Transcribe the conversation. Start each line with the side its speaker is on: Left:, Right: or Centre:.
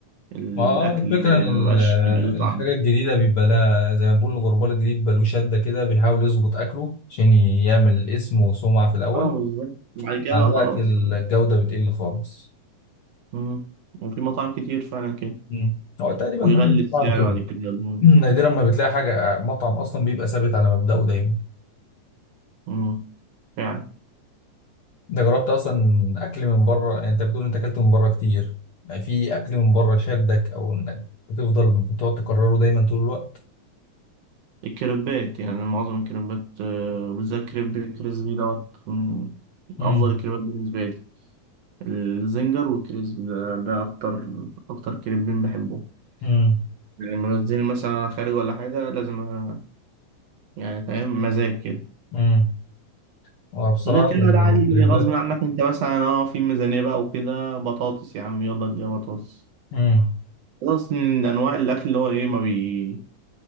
Right: الأكل
Left: ما هو الفكره ان ال-
Right: مبقاش له طعم
Left: الحاجه الجديده بيبقى لها زي ما بقول الغربال الجديد بيبقى له شده كده بيحاول يظبط اكله عشان يعمل اسم وسمعه في الاول
Right: اه بالظبط بعد كده
Left: مع
Right: بقى
Left: الوقت
Right: خلاص
Left: الجودة بتقل خالص
Right: مم. وفي مطاعم كتير فعلا كده
Left: مم. هو تقريبا
Right: ويغلي
Left: كل المطاعم
Right: السعر
Left: كده
Right: بعد كده مم.
Left: <clears throat> نادرا ما بتلاقي حاجة مطعم أصلا بيبقى ثابت على مبدأه دايما
Right: مم. فعلا
Left: أنت جربت أصلا أكل من بره يعني أنت بتقول أنت أكلت من بره كتير يعني في أكل من بره شدك أو إنك بتفضل بتقعد تكرره دايما طول الوقت
Right: الكريبات يعني معظم الكريبات آه، بالذات كريب كريسبي دوت من
Left: مم.
Right: أفضل الكريبات بالنسبة لي الزنجر والكريسبي ده, ده أكتر أكتر كريبين بحبهم
Left: مم.
Right: يعني لما بنزل مثلا خارج ولا حاجة لازم أ- يعني فاهم مزاج كده
Left: مم. وبصراحة
Right: غير كده لا عادي اللي
Left: الكريبات
Right: غصب عنك انت مثلا اه في ميزانية بقى وكده بطاطس يا عم يلا اديها بطاطس
Left: مم.
Right: خلاص من أنواع الأكل اللي هو إيه ما بي